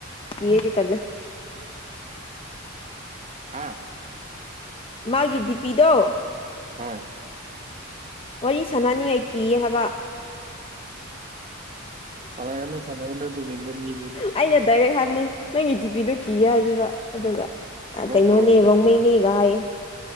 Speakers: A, on the left; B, on the right.
A: ꯏꯗꯤ ꯇꯜꯂꯦ
B: ꯍꯥꯥ
A: ꯃꯥꯒꯤ ꯗꯤꯄꯤꯗꯣ
B: ꯍꯣꯏ
A: ꯋꯥꯔꯤ ꯁꯥꯟꯅꯅꯤ ꯑꯩ ꯀꯤ ꯍꯥꯏꯕ
B: ꯁꯥꯟꯒꯅꯨ ꯁꯥꯟꯒꯅꯨ ꯑꯗꯨꯒꯨꯝꯕ ꯃꯤ ꯑꯗꯨꯗꯤ
A: ꯑꯩꯅ ꯗꯥꯏꯔꯦꯛ ꯍꯥꯏꯕꯅꯦ ꯅꯪꯒꯤ ꯇꯤꯄꯤꯗꯣ ꯀꯤꯒꯦ ꯍꯥꯏꯕꯤꯕ ꯑꯗꯨꯒ
B: ꯕ꯭ꯂꯣꯛ
A: ꯀꯩꯅꯣꯅꯦ
B: ꯇꯧꯔꯣ ꯕ꯭ꯂꯣꯛ
A: ꯔꯣꯡꯃꯩꯅꯦꯒ
B: ꯇꯧꯔꯣ
A: ꯍꯥꯏꯌꯦ